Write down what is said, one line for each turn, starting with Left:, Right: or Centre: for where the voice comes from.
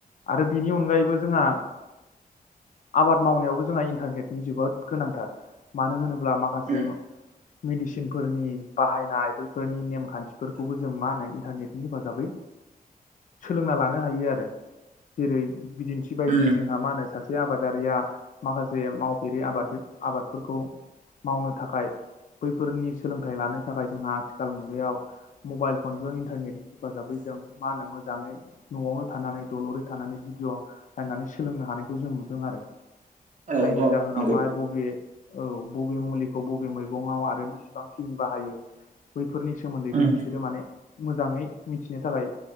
Left: आरो बिनि अनगायैबो जोंहा आबाद मावनायावबो जोंहा इन्टारनेटनि जोबोद गोनांथार मानो होनोब ब्ला माखासे
Right: उम
Left: मेडिसिन फोरनि बाहायनाय बैफोरनि नेम खान्थ खान्थिफोरखौबो जों मा होनो इन्टारनेटनि हेफाजाबै सोलोंना ला लानो हायो आरो जेरै बिदिन्थि बायदि
Right: उम
Left: जोंहा मा होनो सासे आबादारिया माखासे मावफेरि आबाद आबादफोरखौ मावनो थाखाय बैफोरनि सोलोंथाइ लानो थाखाय जोंहा आथिखाल मुगायाव मबाइल फनजों इन्टारनेट हेफाजाबै जों मा होनो मोजाङै न'आवनो थानानै दलरै थानानै भिडिअ' नायनानै सोलोंनो हानायखौ जों नुदों आरो।
Right: औ
Left: जायनि
Right: औ
Left: जाहोनावहाय
Right: नंगौ
Left: बबे औ बबे मुलिखौ बबे मैगंआव आरो बेसेबांखिनि बाहायो बै फोरनि सोमोन्दैबो
Right: उम
Left: बिसोरो माने मोजाङै मिथिनो थाखाय